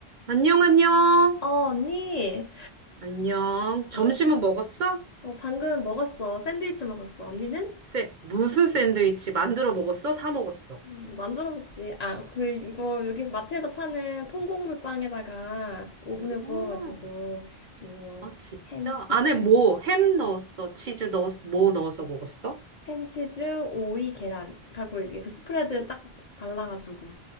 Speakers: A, on the right; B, on the left.
A: 안녕, 안녕.
B: 어, 언니.
A: 안녕.
B: 어,
A: 점심은 먹었어?
B: 어, 방금 먹었어. 샌드위치 먹었어. 언니는?
A: 세, 무슨 샌드위치 만들어 먹었어? 사 먹었어?
B: 음, 만들어 먹지. 아, 그, 이거 여기 마트에서 파는 통곡물 빵에다가 오븐에
A: 음,
B: 구워가지고, 뭐,
A: 아, 진짜?
B: 햄치즈.
A: 안에 뭐, 햄 넣었어? 치즈 넣었어? 뭐 넣어서 먹었어?
B: 햄치즈, 오이, 계란. 하고 이제 그 스프레드 딱 발라가지고